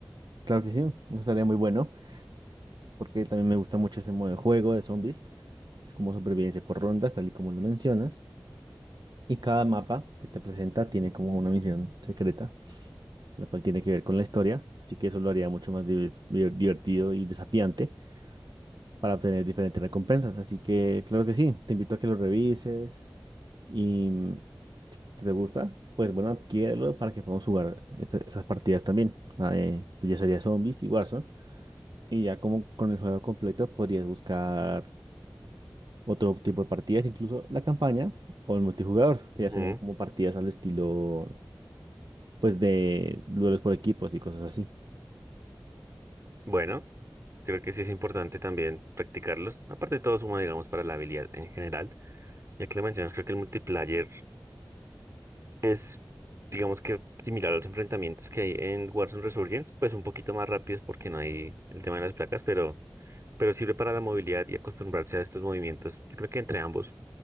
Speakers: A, on the right (about 65°); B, on the right (about 40°).
A: Claro que sí, estaría muy bueno, porque también me gusta mucho este modo de juego de zombies. Es como supervivencia por rondas, tal y como lo mencionas. Y cada mapa que te presenta tiene como una misión secreta, la cual tiene que ver con la historia. Así que eso lo haría mucho más diver- diver- divertido y desafiante para obtener diferentes recompensas. Así que, claro que sí, te invito a que lo revises. Y mm, si te gusta, pues bueno, adquiérelo para que podamos jugar esta- esas partidas también. Ah, eh, ya sería Zombies y Warzone. Y ya como con el juego completo podrías buscar otro tipo de partidas, incluso la campaña o el multijugador, que ya
B: Ujú.
A: serían como partidas al estilo, pues de duelos por equipos y cosas así.
B: Bueno, creo que sí es importante también practicarlos. Aparte de todo suma, digamos, para la habilidad en general, ya que lo mencionas, creo que el multiplayer es... Digamos que similar a los enfrentamientos que hay en Warzone Resurgence, pues un poquito más rápidos porque no hay el tema de las placas, pero pero sirve para la movilidad y acostumbrarse a estos movimientos. Yo creo que entre ambos